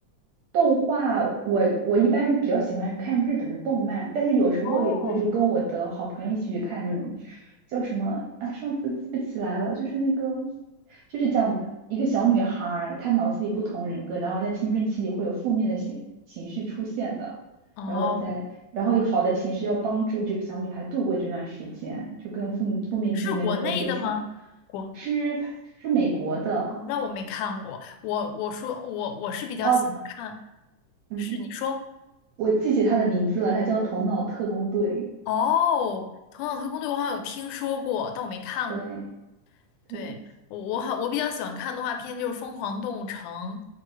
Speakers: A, on the right; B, on the left.
A: 动画，我我一般是比较喜欢看日本的动漫，但是有时候也会就跟我的好朋友一起去看那种
B: 哦，
A: 叫什么啊，上次记不起来了，就是那个就是讲一个小女孩儿，她脑子里不同人格，然后在青春期里会有负面的情情绪出现的，
B: 哦，
A: 然后在然后有好的情绪要帮助这个小女孩度过这段时间，就跟负负面情绪能够和谐相，
B: 是国内的吗？国，
A: 是是美国的
B: 哦那我没看过。我我说我我是比较喜欢看，
A: 哦，嗯。
B: 是你说
A: 我记起他的名字了，他叫《头脑特工队》。
B: 哦，《头脑特工队》我好像有听说过，但我没看过。
A: 对对，
B: 对，我我好我比较喜欢看动画片，就是《疯狂动物城》，